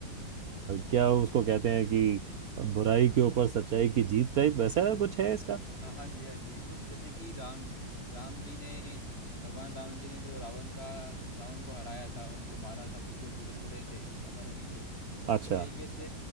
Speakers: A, on the right; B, on the left.
A: क्या उसको कहते हैं कि बुराई के ऊपर सच्चाई की जीत टाइप वैसा कुछ है इसका
B: हाँ हाँ जी हाँ जी तो जैसे कि राम राम जी ने भगवान राम जी ने जो रावण का रावण को हराया था उनको मारा था क्योंकि वो बुरे बुरे थे अधर्मी थे इसी
A: अच्छा
B: तरीके से